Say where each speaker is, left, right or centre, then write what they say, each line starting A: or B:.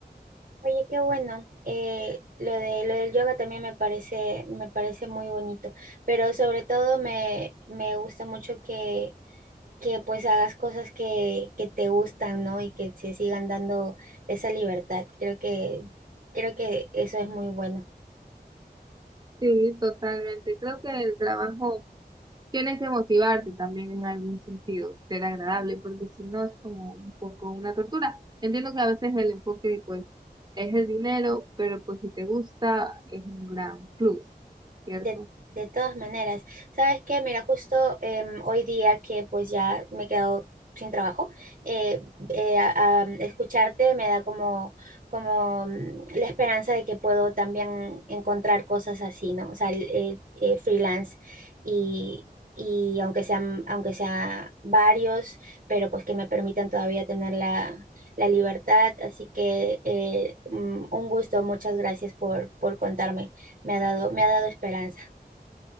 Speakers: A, on the right; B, on the right.
A: Oye, qué bueno. Eh, lo de, lo del yoga también me parece, me parece muy bonito, pero sobre todo me, me gusta mucho que, que pues hagas cosas que, que te gustan, ¿no? Y que se sigan dando esa libertad. Creo que, creo que eso es muy bueno.
B: Sí, totalmente. Creo que el trabajo Tienes que motivarte también en algún sentido, ser agradable, porque si no es como un poco una tortura. Entiendo que a veces el enfoque pues es el dinero, pero pues si te gusta es un gran plus, ¿cierto?
A: De, de todas maneras, ¿sabes qué? Mira, justo em, hoy día que pues ya me he quedado sin trabajo, eh, eh, a- a- mm, escucharte me da como, como mm, la esperanza de que puedo también encontrar cosas así, ¿no? O sea, el- eh, eh, freelance y, y aunque sean, aunque sea varios, pero pues que me permitan todavía tener la, la libertad. Así que eh, mm, un gusto, muchas gracias por, por contarme. Me ha dado, me ha dado esperanza.